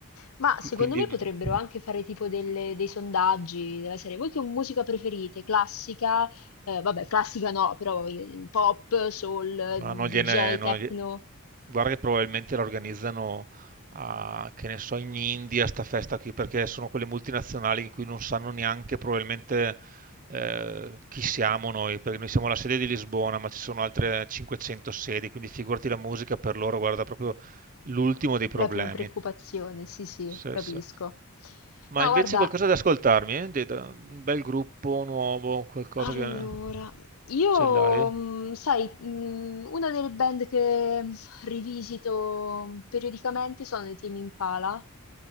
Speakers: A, on the left; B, on the right.
A: Ma
B: Qui-
A: secondo
B: Quindi,
A: me potrebbero anche fare tipo delle- dei sondaggi della serie. Voi che musica preferite? Classica? Eh, vabbè,
B: mm,
A: classica no, però eh, pop, soul,
B: ma non
A: DJ,
B: gliene, non
A: techno?
B: glie- guarda che probabilmente la organizzano a, che ne so, in India, sta festa qui, perché sono quelle multinazionali in cui non sanno neanche probabilmente eh, chi siamo noi, perché noi siamo la sede di Lisbona, ma ci sono altre 500 sedi, quindi figurati la musica per loro, guarda, proprio l'ultimo dei problemi.
A: La prima preoccupazione, sì, sì,
B: Sì,
A: capisco.
B: sì. Ma
A: No,
B: invece
A: guarda,
B: qualcosa da ascoltarmi, eh? De- da- Un bel gruppo nuovo, qualcosa
A: Allora,
B: che
A: io,
B: ce l'hai?
A: mhmm, sai, mhmm, una delle band che mm, rivisito periodicamente sono i Tame Impala,